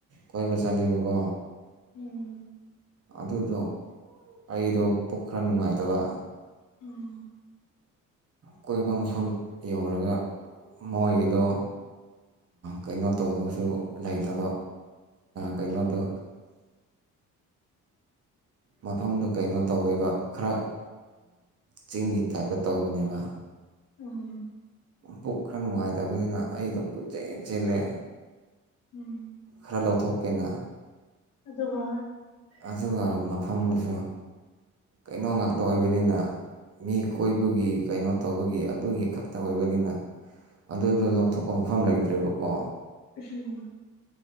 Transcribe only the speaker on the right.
ꯀꯣꯏꯕ ꯆꯠꯂꯦꯕꯀꯣ
ꯑꯗꯨꯗꯣ ꯑꯩꯗꯣ ꯄꯨꯛ ꯈꯔ ꯅꯨꯡꯉꯥꯏꯇꯕ
ꯀꯣꯏꯕ ꯃꯐꯝ ꯌꯦꯡꯉꯨꯔꯒ ꯃꯣꯏꯒꯤꯗꯣ ꯀꯩꯅꯣ ꯇꯕꯁꯨ ꯂꯩꯇꯕ ꯀꯩꯅꯣꯗꯣ ꯃꯐꯝꯗꯨ ꯀꯩꯅꯣ ꯇꯧꯋꯦꯕ ꯈꯔ ꯆꯤꯡꯒꯤ ꯇꯥꯏꯞꯇ ꯇꯧꯕꯅꯦꯕ
ꯄꯨꯛ ꯈꯔ ꯅꯨꯡꯉꯥꯏꯇꯕꯅꯤꯅ ꯑꯩꯗꯣ ꯀꯨꯠ ꯆꯦꯟ ꯆꯦꯜꯂꯦ
ꯈꯔ ꯂꯧꯊꯣꯛꯀꯦꯅ
ꯑꯗꯨꯒ ꯃꯐꯝꯗꯁꯨ ꯀꯩꯅꯣ ꯉꯥꯛꯇ ꯑꯣꯏꯕꯅꯤꯅ ꯃꯤ ꯀꯣꯏꯕꯒꯤ ꯀꯩꯅꯣ ꯇꯧꯕꯒꯤ ꯑꯗꯨꯒꯤ ꯈꯛꯇ ꯑꯣꯏꯕꯅꯤꯅ ꯑꯗꯨꯗꯣ ꯂꯧꯊꯣꯛꯄ ꯃꯐꯝ ꯂꯩꯇ꯭ꯔꯦꯕꯀꯣ